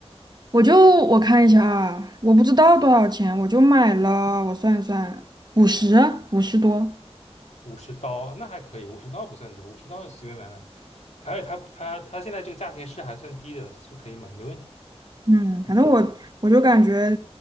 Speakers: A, on the right; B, on the left.
A: 我就我看一下啊，我不知道多少钱，我就买了，我算一算，五十五十多。
B: 五十刀，那还可以，五十刀不算多，五十刀随便买买。它它它它现在这个价钱是还算低的，是可以买，没问题。
A: 嗯，反正我我就感觉，
B: 嗯，